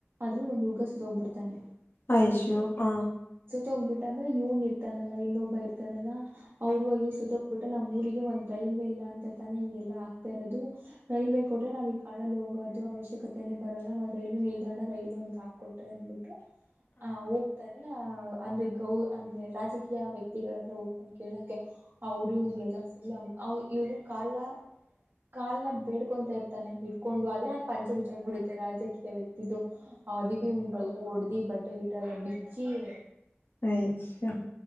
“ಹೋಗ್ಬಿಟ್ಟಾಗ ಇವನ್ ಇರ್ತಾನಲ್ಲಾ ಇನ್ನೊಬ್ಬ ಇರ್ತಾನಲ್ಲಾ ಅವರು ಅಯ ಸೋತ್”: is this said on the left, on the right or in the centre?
Right